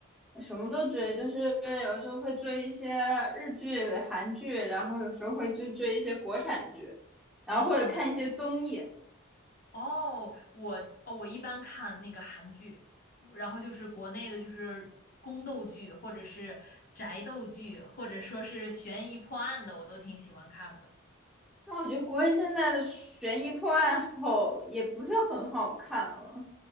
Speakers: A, in the centre; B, on the left.
A: <laughs> 什么都追，就是有时候会追一些日剧、韩剧，然后有时候会去追一些国产剧，然后或者看一些综艺。
B: 哦哦，我哦，我一般看那个韩剧，然后就是国内的，就是宫斗剧，或者是宅斗剧，或者说是悬疑破案的，我都挺喜欢看的。
A: 那我觉得国内现在的悬疑破案好也不是很好看了。